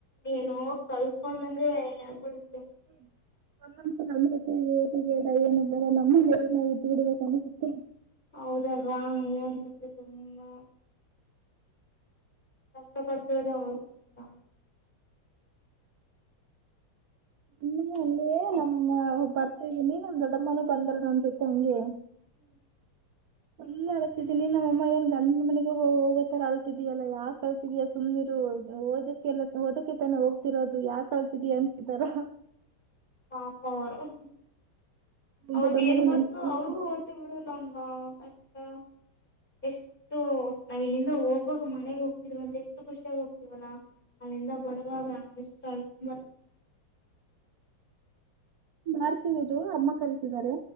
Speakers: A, on the left; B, on the right.
A: ಏನೋ ಕಳಕೊಂಡಂಗೆ ಆಗ್ಬೀಡ್
B: ಹ್ಮ್ ಆ ನಮ್ <unintelligible> ನಮ್ ಅಮ್ಮನ ನೆರಳಲ್ಲಿ ಇದ್ದಬಿಡ್ಬೇಕು ಅನ್ಸುತ್ತ
A: ಹೌದಲ್ವಾ ಹಂಗೇ ಅನ್ಸುತ್ತೆ ಸುಮ್ನೆ ಕಷ್ಟ ಪಡ್ತಿರೋದೇ ಅವ್ರಗೋಸ್ಕರಾ
B: ಹ್ಮಿಂಗೆ <unintelligible> ನಮ್ನಾ ಬರ್ತಾ ಇದೀನಿ ನಮ್ ದೊಡ್ಡಮ್ಮಾನು <inaudible> ಹೆಂಗಿತ್ತೋ ಹಂಗೇ ಫುಲ್ಲು ಅಳತಿದೀನಿ ನಮ್ ಅಮ್ಮಾ ಏನ್ ಗಂಡನ ಮನೆಗೇ ಹೋಗೋತರಾ ಅಳತಿದೀಯಾ ಅಲಾ ಯಾಕ ಅಳತಿದಿಯಾ ಸುಮ್ನಿರು ಹ್ಮ್ ಓದೋಕೆ ಅಲಾ ಓದೋಕೆ ತಾನೆ ಹೋಗ್ತಿರೋದು ಯಾಕ ಅಳತಿದಿಯಾ ಅಂತಿದಾರ
A: ಪಾಪಾ ಅವ್ರು ಹ್ಮ್ ಹ್ಮ್
B: ನಮ್ಮ
A: ಅವ್ರದೇನು
B: ದೊಡ್ಡಮ್ಮನೂ
A: ಗೊತ್ತು
B: ನನ್ನ ಜೊತೆ
A: ಅವ್ರುಗು ಗೊತ್ತುಬಿಡು ನಮ್ ವಾ <inaudible> ಎಷ್ಟೂ ನಾವ್ ಇಲ್ಲಿಂದಾ ಹೋಗುವಾಗಾ ಮನೆಗ್ ಹೋಗ್ತಿದೀವಿ ಅಂತಾ ಎಷ್ಟೂ ಖುಷಿಯಾಗಿ ಹೋಗ್ತೀವಿ ಅಲಾ ಅಲ್ಲಿಂದಾ ಬರೋವಾಗಾ ಎಷ್ಟೂ ಅಳುಕೊಂಡು ಬರ್ತೀವಿ
B: ಮಾಡ್ತೀನಿರು ಅಮ್ಮಾ ಕರೀತಿ ತಿದಾರೆ